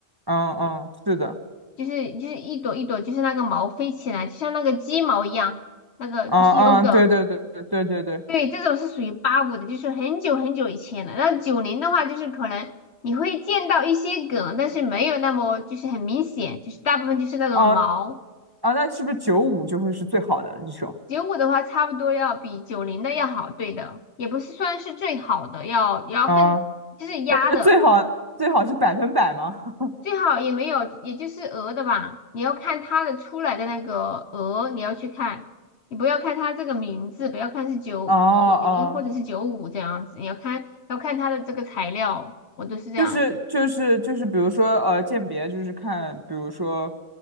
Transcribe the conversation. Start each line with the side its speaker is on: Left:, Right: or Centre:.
Right: 嗯嗯，是的，
Left: 就是就是一朵一朵，就是那个毛飞起来，就像那个鸡毛一样，那个就是有梗。
Right: 啊啊，对对对对对对对，
Left: 对，这种是属于八五的，就是很久很久以前了。那九零的话，就是可能你会见到一些梗，但是没有那么就是很明显，就是大部分就是那种毛。
Right: 啊啊，那是不是九五就会是最好的一种？
Left: 九五的话，差不多要比九零的要好，对的，也不是算是最好的，要也要分就是压的。
Right: 啊，那那最好最好是百分百吗？
Left: 最好也没有，也就是鹅的吧。你要看它的出来的那个鹅，你要去看，你不要看它这个名字，不要看是九九零或者是九五这样子，
Right: <laughs> 哦哦
Left: 你要看要看它的这个材料，我都是这样子。
Right: 就是就是就是，比如说呃，鉴别就是看，比如说